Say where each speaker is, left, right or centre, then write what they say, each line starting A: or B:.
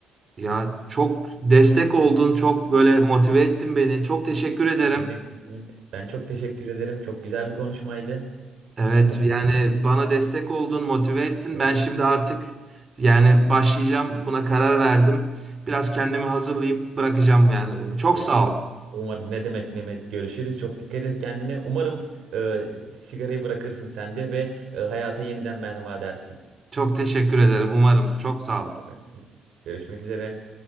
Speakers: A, on the right (about 35°); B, on the right (about 75°).
A: Ya çok destek oldun, çok böyle motive ettin beni. Çok teşekkür ederim.
B: Demek evet. Ben çok teşekkür ederim. Çok güzel bir konuşmaydı.
A: Evet
B: Umarım
A: yani bana destek oldun, motive ettin.
B: evet.
A: Ben şimdi
B: <laughs>
A: artık yani başlayacağım. Buna karar verdim. Biraz kendimi hazırlayayım. Bırakacağım yani bunu. Çok
B: Evet.
A: sağ ol.
B: Umarım ne demek Mehmet görüşürüz. Çok dikkat et kendine. Umarım e, sigarayı bırakırsın sen de ve e, hayata yeniden merhaba dersin.
A: Çok teşekkür ederim. Umarım. Çok sağ
B: <laughs>
A: ol.
B: Görüşmek üzere.